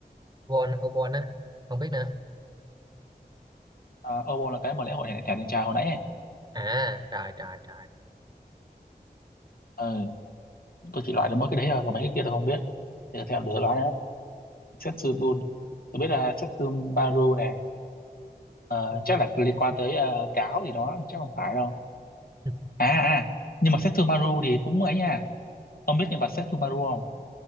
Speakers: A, on the right (about 25°); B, on the left (about 60°).
A: Obon Obon á không biết nữa
B: Ờ, obo là cái mà lễ hội thẻ thẻ đàn trai hồi nãy ấy.
A: à trời trời trời
B: ừ tôi chỉ loại được mỗi cái đấy thôi còn mấy cái kia tôi không biết để xem được loại nữa Setsubun tôi biết là Setsumaru này Ờ,
A: Setsubun.
B: chắc là liên quan tới ờ, cáo gì đó chắc không phải đâu
A: <laughs>
B: à à à, nhưng mà Setsumaru thì cũng ấy nha ông biết nhân vật Setsumaru không